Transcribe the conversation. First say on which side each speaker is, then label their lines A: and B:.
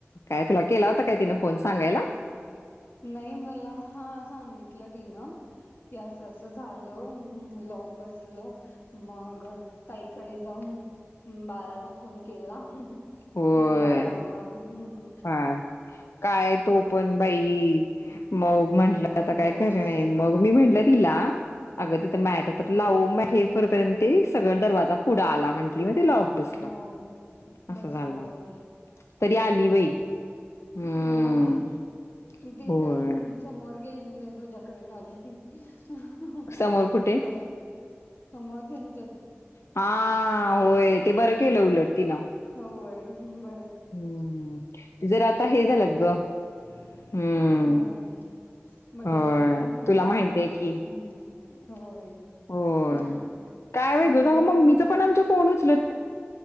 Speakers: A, on the left (about 75°); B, on the left (about 50°).
A: काय तुला केला होता काय तिन फोन सांगायला?
B: नाही मला हा सांगितलं तिन की असं अस झालं ह लॉक बसल मग तई कडे जाऊन बाळाला फोन केला
A: होय.
B: म बाळ आलं, हम्म.
A: हा काय तो पण बाई मग म्हटलं आता
B: होय,
A: काय खरे नाही, मग मी म्हटलं तिला अगं तिथं मॅट तर
B: होय,
A: लावु, म हे पर्यंत ते सगळ दरवाजा पुढा आला म्हट लॉक बसल,
B: होय.
A: अस
B: बसलं
A: झाल.
B: होय,
A: तरी
B: होय,
A: आली बाई हम्म
B: होय ती
A: होय
B: काय समोर गेली नाही, तुझ्याकडच आली. नाही <unintelligible>
A: समोर कुठे
B: <unintelligible> नाही एक
A: हा होय ते बरं केलं उलट तिनं
B: होय ब
A: हम्म, ते जरा आता हे झाल्यात ग हम्म
B: होय. बदलले
A: होय
B: हम्,
A: तुला माहित आहे की
B: होय.
A: होय
B: <unintelligible> <inaudible>
A: काय वेगळच
B: इकडं
A: आग, मम्मीचं पण आमच्या फोन उचल